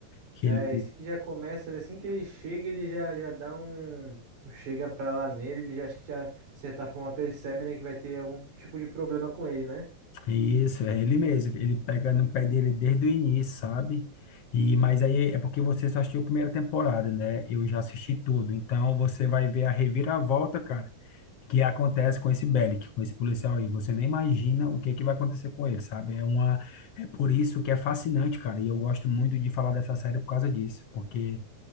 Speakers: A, on the left; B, on the right.
A: Que
B: É,
A: ele,
B: esse que já começa, assim que ele chega, ele já, já dá um, um chega pra lá nele, ele já acho que já, de certa forma, percebe, né, que vai ter algum tipo de problema com ele, né?
A: isso, é ele mesmo, ele pega no pé dele desde o início, sabe? E, mas aí é porque você só assistiu a primeira temporada, né? Eu já assisti tudo, então você vai ver a reviravolta, cara, que acontece com esse Bellic, com esse policial aí. Você nem imagina o que que vai acontecer com ele, sabe? É uma, é por isso que é fascinante, cara. E eu gosto muito de falar dessa série por causa disso, porque